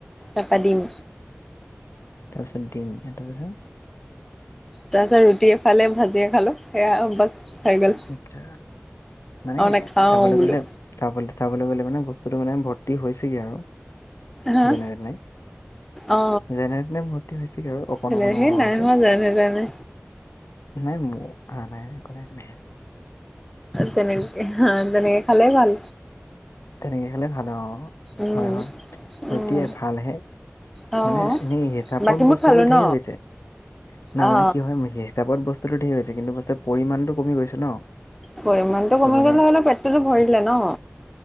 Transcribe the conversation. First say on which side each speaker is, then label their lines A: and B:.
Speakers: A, in the centre; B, on the left.
A: তাৰপৰা ডিম
B: তাৰপিছত ডিম তাৰ পিছত
A: তাৰপিছত ৰুটি এফালে ভাজিয়ে খালো সেয়া বাছ হৈ গ'ল
B: আচ্ছা <unintelligible> মানে
A: আৰু নাখাওঁ
B: চাবলৈ
A: বোলো
B: গ'লে চাবলৈ চাবলৈ গ'লে মানে বস্তুটো মানে ভৰ্তি হৈছেগৈ আৰু
A: হা
B: জনে <unintelligible> নাই
A: অ
B: যেনে তেনে ভৰ্তি হৈছেগে আৰু অকণ
A: তেনে
B: অকণ
A: সেই
B: অকণকে
A: নাই হোৱা যেনে তেনে
B: নাই মোৰ আহা নাই একো নাই একো নাই
A: তেনেকে হা তেনেকে খালে ভাল
B: তেনেক খালে ভাল আৰু অ
A: উম
B: হয় হয়
A: উম
B: ৰুটি এফালহে
A: অ
B: মানে এনেই হিচাপত
A: বাকীবোৰ
B: বস্তুতটো
A: খালো ন
B: ঢেৰ হৈছে নাই
A: অ
B: মানে কি হয় হিচাপত বস্তুটো ঢেৰ হৈছে কিন্তু পিছে পৰিমাণটো কমি গৈছে ন
A: পৰিমাণটো কমি
B: ত মানে
A: গ'লে হলে পেটটোতো ভৰিলে ন